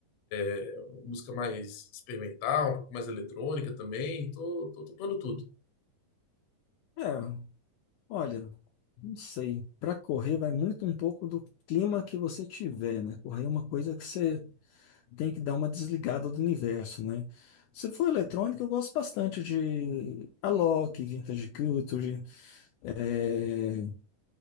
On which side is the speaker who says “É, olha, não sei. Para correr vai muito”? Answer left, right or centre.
Left